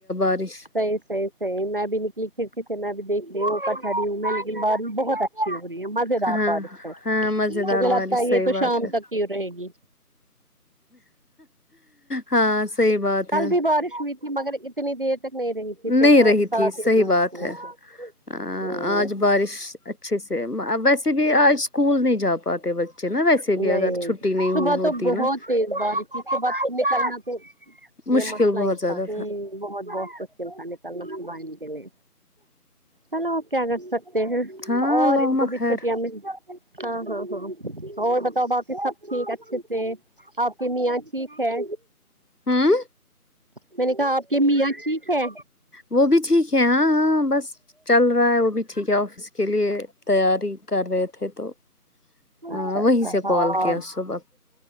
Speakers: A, on the left; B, on the right.
A: ریش
B: صحیح صحیح صحیح میں بھی نکلی کھڑی سے میں بھی دیکھ لی اپپرقہڈی ہوں میں لیکن باریش بھی بہت اچھی ہو رہی ہے مزے دار
A: ہاں
B: بارش ہے
A: ہاں مزیدار
B: مجھے لگتا
A: بارش
B: ہے
A: صحیح
B: یہ تو
A: بات
B: شام
A: ہے
B: تک کی رہے گی
A: ہاں صحیح بات
B: کل
A: ہے
B: بھی بارش ہوئی تھی مگر اتنی دیر تک نہیں رہی تھی پھر
A: نہیں
B: تو
A: رہی
B: سڑ
A: تھی صحیح
B: دوست
A: بات
B: ہوئے
A: ہے
B: تھے
A: ہاں
B: ہوں
A: آج بارش اچھے سے ویسے بھی آج اسکول نہیں جا پاتے بچے نا ویسے
B: نہیں
A: بھی اگر چھٹی نہیں ہوئی
B: صبح
A: ہوتی
B: تو بہت
A: نا
B: تیز بار تھی بہت نکلنا تھا
A: مشکل
B: یہ مسئلہ
A: بہت
B: ہی
A: زیادہ
B: تھا کی بہت بہت نکلنا نکلنا بھگوان کے لیے چلو آپ کیا کر سکتے تے ہے
A: ہاں
B: اور
A: اللہم
B: ان کو بھی
A: خیر
B: چھٹیاں ملتی ہاں ہاں ہاں اور بتاؤ باقی سب ٹھیک اچھے سے ہے آپ کے میاں ٹھیک ہے
A: ہوں
B: میں نے کہا آپ کے میاں ٹھیک ہے
A: وہ بھی ٹھیک ہے ہاں ہاں بس چل رہا ہے وہ بھی ٹھیک ہے آفس کے لیے تیاری کر رہے تھے تو ہاں
B: اچھا
A: وہیں
B: اچھا
A: سے
B: ہاں
A: کال کیا صبح